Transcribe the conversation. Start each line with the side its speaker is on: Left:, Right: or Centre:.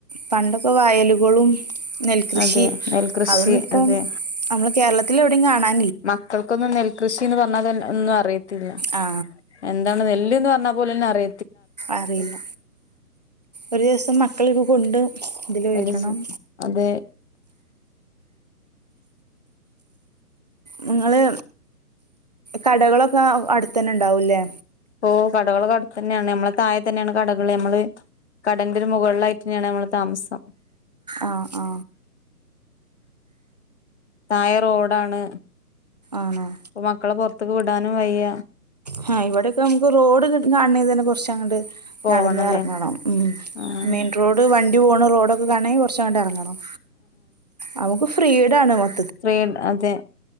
Right: പണ്ടൊക്കെ വയലുകളും നെൽകൃഷി
Left: അതെ നെൽകൃഷി
Right: അതൊന്നുപ്പം
Left: അതെ
Right: നമ്മള് കേരളത്തിലെവടേം കാണാ
Left: മക്കൾക്കൊന്നും നെൽകൃഷിന്ന് പറഞ്ഞാലെന്ന ഒന്നു റിയത്തില്ല
Right: ആ
Left: എന്ത നെല്ല്ന്ന് പറഞ്ഞാപോലും ന്നെ അറി
Right: അറിയില്ല ഒരുസം മക്കളെ കൂ കൊണ്ട് ഇതിൽ വരണം
Left: ഒരൂസം അതെ
Right: നിങ്ങള് കടകളൊക്കെ അടുത്ത് തന്നെ ഉണ്ടാവൂല്ലേ
Left: ഓ കടകളോക്കെ അടുത്ത് തന്നെയാണ് മ്മളെ തായെ തന്നെയാണ് കടകള് മ്മള് കടേന്റെ ഒരു മുകളിലായിട്ട് തന്നെയാണ് മ്മള് താമസം
Right: ആ ആ
Left: തായെ റോഡാണ്
Right: ആണോ
Left: മക്കളെ പൊറ ത്ത്ക്ക് വിടാനും വയ്യ
Right: ഹ ഇവിടെ ഇപ്പ നമുക്ക് റോഡ് കിട്ട്ണ കാണ തന്നെ കുറച്ച അങ്ങട്
Left: പോവണല്ലേ
Right: നടന്ന് ഇറങ്ങണം ഉം
Left: ആഹ്
Right: മെയിൻ റോഡ് വണ്ടി പോണ റോഡ് ഇവിടൊക്കെ കാണേ കുറച്ച അങ്ങട്ട് ഇറങ്ങണം നമുക്ക് ഫ്രീ ഇടാണ് വോ <unintelligible>
Left: വേം അതെ